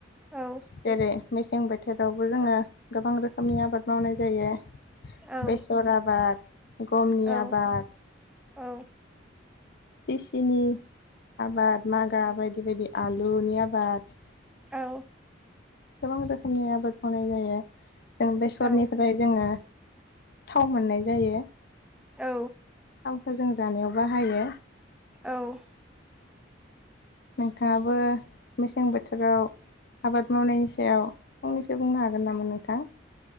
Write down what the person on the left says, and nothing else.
जेरै मेसें बोथोरावबो जोङो गोबां रोखोमनि आबाद मावनाय जा जायो
बेसर आबाद गमनि
आबाद
दिसिनि आबाद मागा बायदि बायदि आलुनि आबाद
गोबां रोखोमनि आबाद मावनाय जायो जों बेसरनिफ्राय
जोङो थाव मोननाय जायो
थावखौ जों जानायाव बाहायो
नोंथाङाबो मेसें बोथोराव आबाद मावनायनि सायाव फंनैसो बुंनो हागोन नामा नोंथां